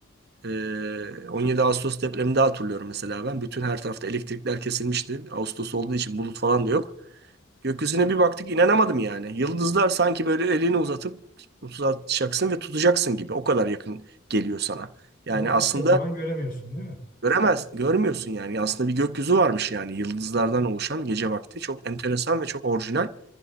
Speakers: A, on the right; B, on the left.
A: Ee, 17 Ağustos depreminde hatırlıyorum mesela ben. Bütün her tarafta elektrikler kesilmişti. Ağustos olduğu için bulut falan da yok. Gökyüzüne bir baktık inanamadım yani. Yıldızlar sanki böyle elini uzatıp uzatacaksın ve tutacaksın gibi. O kadar yakın geliyor sana. Yani
B: Ama başka
A: aslında
B: zaman göremiyorsun değil mi?
A: göremez, görmüyorsun yani. Aslında bir gökyüzü varmış yani yıldızlardan oluşan gece vakti. Çok enteresan ve çok orijinal.